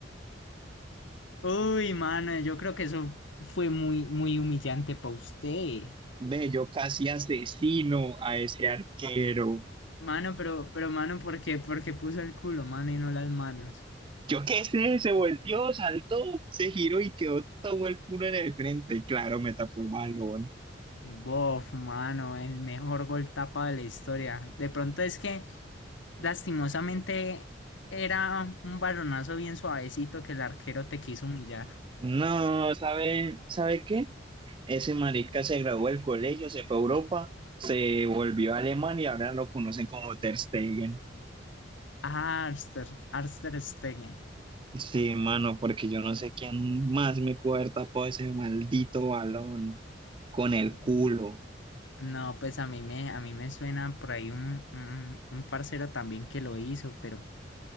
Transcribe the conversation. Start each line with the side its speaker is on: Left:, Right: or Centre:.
Left: uy, mano, yo creo que eso fue muy, muy humillante para usted.
Right: Ve, yo casi asesino a ese arquero.
Left: Mano, pero, pero, mano, ¿por qué? ¿Por qué puso el culo, mano, y no las manos?
Right: Yo qué sé, se volteó, saltó, se giró y quedó todo el culo en el frente. Y claro, me tapó el balón.
Left: Bof, mano, el mejor gol tapa de la historia. De pronto es que, lastimosamente, era un balonazo bien suavecito que el arquero te quiso humillar.
Right: No, ¿sabe, ¿sabe qué? Ese marica se graduó del colegio, se fue a Europa, se volvió a Alemania y ahora lo conocen como Ter Stegen.
Left: Ah, Arster, Arster Stegen.
Right: Sí, mano, porque yo no sé quién más me puede haber tapado ese maldito balón con el
Left: Mm,
Right: culo.
Left: mm. No, pues a mí me, a mí me suena por ahí un, un, un parcero también que lo hizo, pero